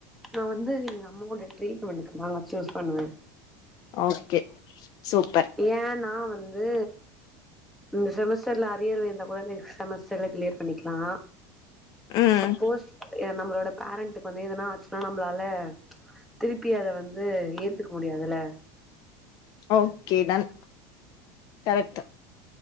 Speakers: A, in the centre; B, on the left (about 50°).
A: நா வந்து எங்க அம்மாவோட ட்ரீட்மெண்ட்டுக்கு தாங்க சூஸ் பண்ணுவே
B: ஓகே சூப்பர்
A: ஏனா வந்து இந்த செமஸ்டர்ல அரியர் இருந்தா கூட நெக்ஸ்ட் செமஸ்டர்ல கிளியர் பண்ணிக்லா
B: ம்
A: சப்போஸ் அ நம்மளோட பேரண்ட்டுக்கு வந்து எதனா ஆச்சுனா நம்பளால திருப்பி அத வந்து ஏத்துக்க முடியாதுல
B: ஓகே டன் கரெக்ட்டு